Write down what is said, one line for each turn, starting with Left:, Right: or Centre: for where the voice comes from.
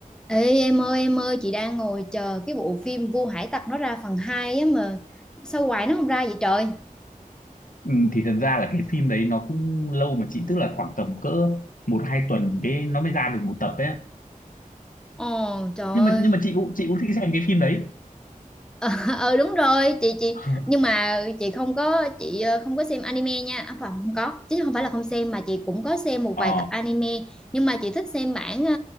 Centre: Ê em ơi em ơi chị đang ngồi chờ cái bộ phim Vua Hải Tặc nó ra phần 2 á mà sao hoài nó không ra vậy trời
Left: Ừ, thì thật ra là cái phim đấy nó cũng lâu mà chị tức là khoảng tầm cỡ một hai tuần cái nó mới ra được một tập ấy
Centre: Ồ trời
Left: nhưng
Centre: ơi
Left: mà nhưng mà chị cũng chị cũng thích xem cái phim đấy
Centre: ờ <laughs> ờ, đúng rồi chị chị
Left: <laughs>
Centre: nhưng mà chị không có chị ờ, không có xem anime nha à, phải, không có chứ không phải là không xem mà chị cũng có xem một
Left: ờ
Centre: vài tập anime nhưng mà chị thích xem bản ờ,